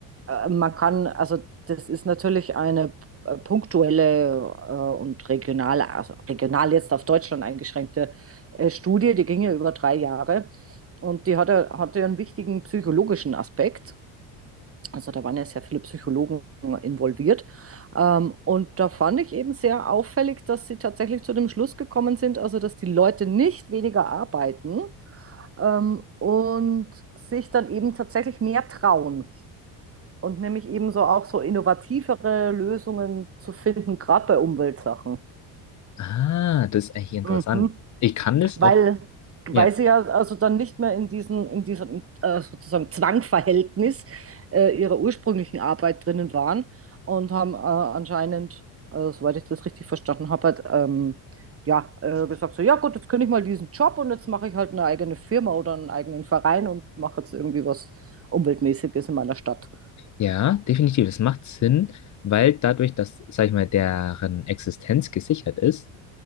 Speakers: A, on the right; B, on the left.
A: äh, man kann, also das ist natürlich eine äh, punktuelle äh, und regionale, also regional jetzt auf Deutschland eingeschränkte äh, Studie, die ging ja über drei Jahre und die hatte, hatte einen wichtigen psychologischen Aspekt. Also da waren ja sehr viele Psychologen involviert. Ähm, und da fand ich eben sehr auffällig, dass sie tatsächlich zu dem Schluss gekommen sind, also dass die Leute nicht weniger arbeiten ähm, und sich dann eben tatsächlich mehr trauen und nämlich eben so auch so innovativere Lösungen zu finden, gerade bei Umweltsachen.
B: Ah, das ist eigentlich interessant.
A: Mhm.
B: Ich kann das
A: Weil,
B: auch,
A: weil
B: ja,
A: sie ja also dann nicht mehr in diesem, in diesem äh, sozusagen Zwangverhältnis äh, ihrer ursprünglichen Arbeit drinnen waren und haben äh, anscheinend, also, soweit ich das richtig verstanden habe, halt, ähm, ja, äh, gesagt so, ja gut, jetzt kündige ich mal diesen Job und jetzt mache ich halt eine eigene Firma oder einen eigenen Verein und mache jetzt irgendwie was Umweltmäßiges in meiner Stadt.
B: ja, definitiv. Es macht Sinn, weil dadurch, dass, sag ich mal, deren Existenz gesichert ist,